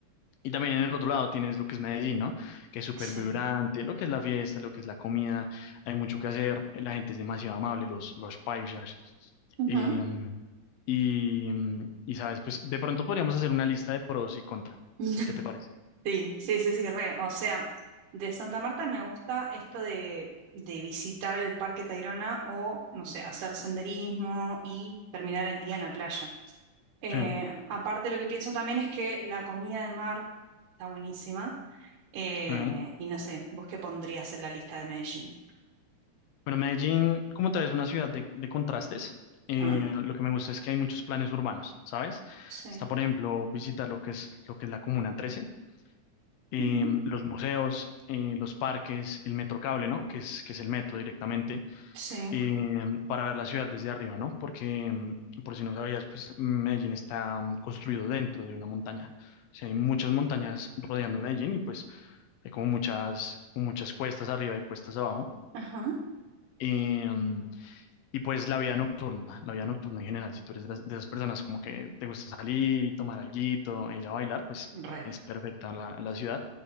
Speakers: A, on the left; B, on the right.
A: Y también en el otro lado tienes lo que es Medellín, ¿no? Que es súper
B: Sí.
A: vibrante, lo que es la fiesta, lo que es la comida, hay mucho que hacer, la gente es demasiado amable, los, los paisas.
B: ujú.
A: em, y, mm, y, sabes, pues de pronto podríamos hacer una lista de pros y contra.
B: <laughs>
A: ¿Qué te parece?
B: Sí, sí, sí, sí, re. O sea, de Santa Marta me gusta esto de, de visitar el Parque Tayrona o, no sé, hacer senderismo y terminar el día en la playa. Eh,
A: Sí,
B: aparte, lo que pienso también es que la comida de mar está buenísima. Eh,
A: sí. Bueno,
B: y no sé, ¿vos qué pondrías en la lista de Medellín?
A: Medellín, como tal, es una ciudad de, de contrastes. Eh,
B: Ajá,
A: lo que me gusta es que hay muchos planes urbanos, ¿sabes?
B: Sí.
A: Está, por ejemplo, visitar lo que es, lo que es la Comuna 13, eh,
B: ujú,
A: los museos, eh, los parques, el metro cable, ¿no? Que es, que es el metro directamente.
B: Sí.
A: eh, para ver la ciudad desde arriba, ¿no? Porque, mm, por si no sabías, pues Medellín está mm, construido dentro de una montaña. O sea, hay muchas montañas rodeando Medellín y pues hay como muchas, como muchas cuestas arriba y cuestas abajo.
B: Ajá.
A: Eh, mm, y pues la vida nocturna, la vida nocturna en general, si tú eres de, las- de esas personas como que te gusta salir y tomar alguito y ya bailar, pues
B: Re,
A: es perfecta la, la ciudad.